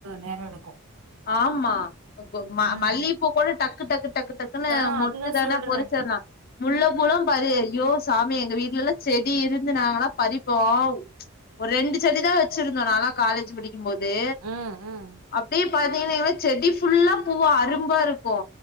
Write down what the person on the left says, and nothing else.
ஆமா கொ கொ ம
மல்லிப்பூ கூட டக்கு டக்கு டக்கு டக் குண்ணு
மொட்டு
தான
பொறிச்சன்னா முள்ள பூலா பறி அய்யோ சாமி எங்க வீட்லல்ல செடி இருந்து நாங்கல்லா பறிப்போ வ் ஒரு ரெண்டு சடிதா வச்சிருந்தோ நாலா காலேஜ் படிக்கும்போது
அப்டே <unintelligible> செடி ஃபுல்லா பூவா அரும்பா இருக்கு